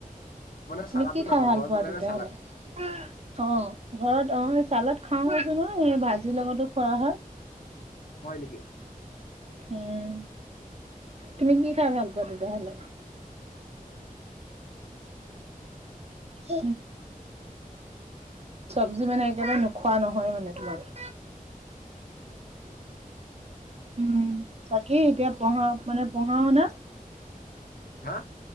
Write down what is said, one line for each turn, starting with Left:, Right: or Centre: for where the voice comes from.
Left: মানে
Right: তুমি
Left: চালাদো
Right: কি খাই
Left: নাখাওঁ
Right: ভাল
Left: ঘৰত
Right: পোৱা
Left: বনাই
Right: তেতিয়াহলে?
Left: ন চালাদ
Right: অ, ঘৰত চালাদ খাও বছ নহয় এই ভাজিৰ লগতো খোৱা হয়
Left: অ হয় নেকি
Right: উম তুমি কি খাই ভাল পোৱা তেতিয়াহলে উ চবজি মানে একেবাৰে নোখোৱা নহয় মানে তোমাক
Left: উম বুজিছো
Right: উম তাকেই এতিয়া পঢ়া মানে পঢ়া শুনা
Left: হা